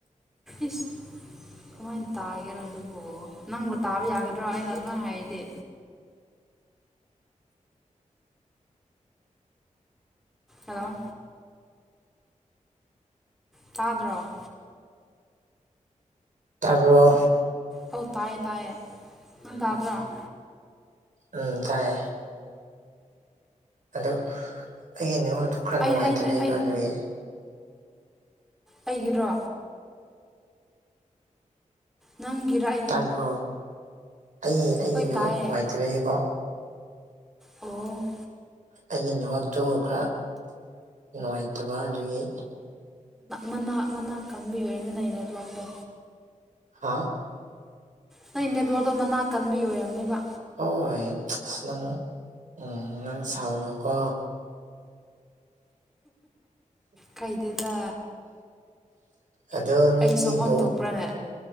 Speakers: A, in the centre; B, on the right.
A: ꯏꯁ ꯋꯥꯅꯤ ꯇꯥꯒꯦꯔ ꯑꯗꯨꯕꯨ ꯅꯪꯕꯨ ꯇꯥꯕ ꯌꯥꯒꯗ꯭ꯔꯣ ꯑꯩꯅ ꯑꯗꯨꯃꯥꯏꯅ ꯍꯥꯏꯔꯗꯤ ꯑ ꯇꯥꯗ꯭ꯔꯣ
B: ꯇꯥꯔꯕꯣ
A: ꯑꯧ ꯇꯥꯏꯌꯦ ꯇꯥꯏꯌꯦ ꯅ ꯇꯗ꯭ꯔꯥ <inaudible>
B: ꯎꯝ ꯇꯥꯏ ꯑꯗꯣ ꯑꯩꯒꯤꯅꯤꯃꯛ ꯑꯗꯨ ꯈꯔ
A: ꯑꯩ
B: ꯅꯨꯡꯉꯥꯏꯇꯕ
A: ꯑꯩꯅ
B: ꯑꯩꯒꯣ
A: ꯑꯩ
B: ꯑꯗꯨꯒꯤ
A: ꯑꯩꯒꯤꯔꯣ ꯅꯪꯒꯤꯔꯛ
B: ꯇꯥꯕ꯭ꯔꯣ ꯑꯩ ꯑꯩꯒꯤꯩꯅ
A: ꯍꯣꯏ ꯇꯥꯏꯌꯦ
B: ꯅꯨꯡꯉꯥꯏꯇꯕꯅꯦꯀꯣ
A: ꯑꯣ
B: ꯑꯩꯒꯤ ꯅꯨꯃꯛꯇꯨ ꯈꯔ ꯅꯨꯡꯉꯥꯏꯇꯕ ꯑꯗꯨꯒꯤ
A: ꯃꯅꯥ ꯃꯅꯥꯛ ꯀꯪꯕꯤ ꯑꯣꯏ ꯑꯣꯏꯔꯅꯤꯅ ꯑꯩ ꯅꯦꯠꯋꯥꯛꯗ
B: ꯍꯥꯥ
A: ꯅ ꯏꯅꯦꯗꯣꯗꯣ ꯃꯅꯥꯛ ꯀꯟꯕ ꯑꯣꯏꯔꯝꯅꯦꯕ
B: ꯍꯣꯏ ꯑꯁ ꯅꯪ ꯎ ꯅꯪ ꯁꯥꯎꯅꯨꯀꯣ
A: ꯀꯩꯗꯦꯗ
B: ꯑꯗꯣ ꯅꯣꯏꯗꯤ
A: ꯑꯩ ꯁꯣꯛꯐꯝ
B: ꯕꯣꯜ
A: ꯊꯣꯛꯄ꯭ꯔꯥꯅꯦ